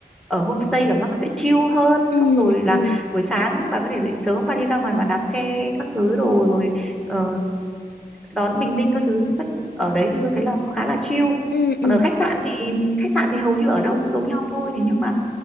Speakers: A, in the centre; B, on the left.
A: ở homestay cảm giác nó sẽ chill hơn
B: ừ,
A: xong rồi
B: ừ,
A: là buổi sáng bà có thể dậy sớm bà đi ra ngoài bà đạp xe các thứ đồ rồi ờ, đón bình minh các thứ các- ở đấy thì tôi thấy là khá là chill
B: ừ, ừ.
A: còn ở khách sạn thì khách sạn thì hầu như ở đâu cũng giống nhau thôi thì nhưng mà